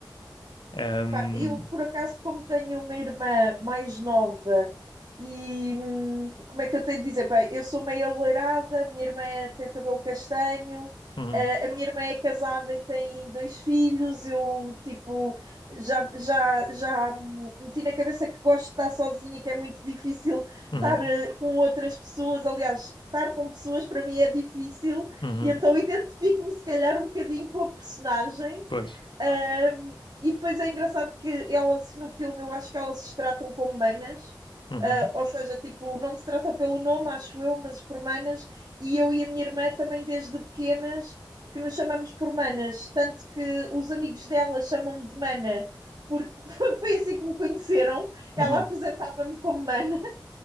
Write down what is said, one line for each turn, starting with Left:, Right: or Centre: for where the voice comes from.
Left: Ahm,
Right: Epá, Eu, por acaso, como tenho uma irmã mais nova e hum, como é que eu tenho de dizer? Pá, eu sou meio alourada, a minha irmã é- tem o cabelo castanho,
Left: uhum,
Right: eh, a minha irmã é casada e tem dois filhos. Eu, tipo, já, já, já hum, meti na cabeça que gosto de estar sozinha, que é muito difícil
Left: uhum,
Right: estar eh, com outras pessoas. Aliás, estar com pessoas para mim é difícil,
Left: uhum,
Right: e então identifico-me, se calhar, um bocadinho com a personagem.
Left: pois,
Right: Ahm, e depois é engraçado que elas no filme eu acho que elas se tratam como manas,
Left: uhum,
Right: ah, ou seja, tipo, não se tratam pelo nome, acho eu, mas por manas, e eu e a minha irmã também desde pequenas que nos chamamos por manas, tanto que os amigos dela chamam-me de mana, porque <laughs> foi assim que me conheceram,
Left: uhum,
Right: ela apresentava-me como mana.